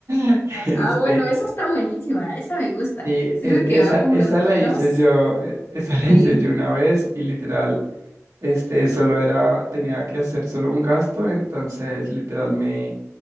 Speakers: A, on the right (about 85°); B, on the left (about 50°).
A: <laughs> Este,
B: Ah, bueno, esa está buenísima, esa me gusta.
A: sí,
B: Sirve
A: es-
B: que
A: esa,
B: bajo
A: esa
B: unos kilos.
A: la hice yo, eh, esa la
B: Sí,
A: hice yo una vez y literal, este, solo era, tenía que hacer solo un gasto, entonces literal me,